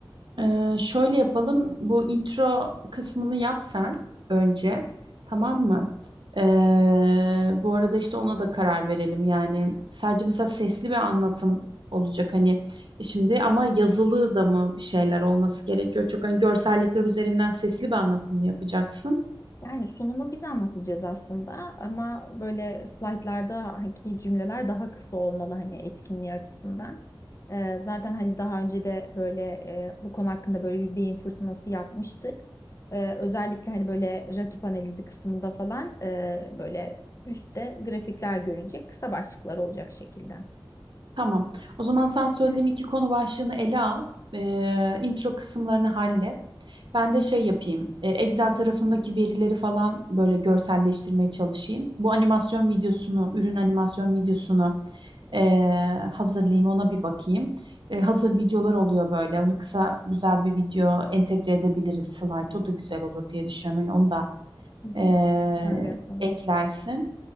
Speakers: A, on the right; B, on the left.
A: Ee, şöyle yapalım. Bu intro kısmını yap sen önce. Tamam mı? Ee, bu arada işte ona da karar verelim. Yani sadece mesela sesli bir anlatım olacak hani E, şimdi ama yazılı da mı bir şeyler olması gerekiyor? Çok hani görsellikler üzerinden sesli bir anlatım mı yapacaksın?
B: Yani sunumu biz anlatacağız aslında ama böyle slaytlardaki cümleler daha kısa olmalı hani etkinliği açısından. Ee, zaten hani daha önce de böyle e, bu konu hakkında böyle bir beyin fırtınası yapmıştık. Ee, özellikle hani böyle rakip analizi kısmında falan e, böyle Üstte grafikler görünecek kısa başlıklar olacak şekilde. Hı
A: Tamam. O zaman sen söylediğim iki konu başlığını ele al. Ee, intro kısımlarını hallet. Ben de şey yapayım. e, Excel tarafındaki verileri falan böyle görselleştirmeye çalışayım. Bu animasyon videosunu, ürün animasyon videosunu e, hazırlayayım. Ona bir bakayım. E, hazır videolar oluyor böyle. Onu kısa güzel bir video entegre edebiliriz slide. O da güzel olur diye düşünüyorum. Yani onu da
B: hı,
A: e,
B: Öyle yapalım.
A: eklersin.